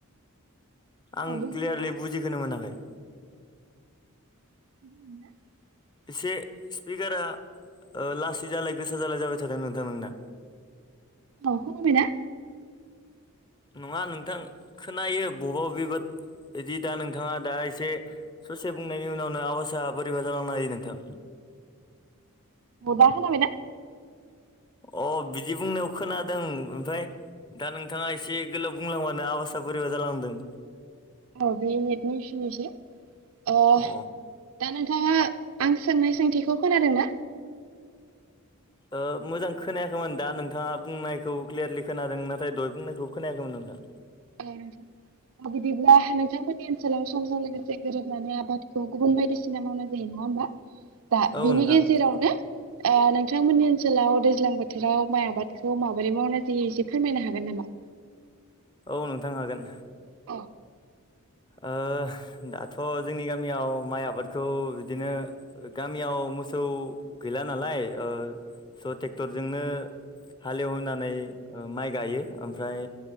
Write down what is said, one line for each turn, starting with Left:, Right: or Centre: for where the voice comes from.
Left: आं
Right: हागोन
Left: क्लियारलि
Right: नामा?
Left: बुजिखोनो मोनाखै
Right: <unintelligible>
Left: एसे स्पिकारा लासै जालाय गोसा जालाय जाबाय थादों नोंथां नोंना
Right: औ खोनाबायना
Left: नङा नोंथां खोनायो बबेबा इदि दा नोंथाङा दा एसे ससे बुंनायनि उनावनो आवासा बोरैबा जालांनो हायो नोंथां
Right: दा खोनाबायना
Left: अ बिदि बुंनायाव खोनादों ओमफ्राय दा नोंथाङा एसे गोलाव बुंलांबानो आबासा बोरैबा जालांदों
Right: आ बे नेदनि इसु एसे ओ
Left: अ
Right: दा नोंथाङा आं सोंनाय सोंथिखौ खोनादोंना
Left: ओ मोजां खोनायाखैमोन दा नोंथाङा बुंनायखौ क्लियारलि खोनादों नाथाय दहाय बुंनायखौ खोनायाखैमोन नोंथा
Right: हेलौ नोंथां बिदिब्ला नोंथांमोननि ओनसोलाव समजों लोगोसे गोरोबनानै आबादखौ गुबुन बायदिसिना मावनाय जायो नङा होमबा
Left: <inaudible>
Right: दा बिनि
Left: नोंथां
Right: गेजेरावनो आ नोंथांमोननि ओनसोलाव दैज्लां बोथोराव माइ आबादखौ माबोरै मावनाय जायो एसे फोरमायनो हागोन नामा
Left: औ नोंथां हागोन
Right: औ
Left: ओ दाथ जोंनि गामियाव माइ आबादखौ बिदिनो गामियाव मोसौ गैला नालाय ओ स ट्रेक्टरजोंनो हालेवहोनानै माइ गायो ओमफ्राय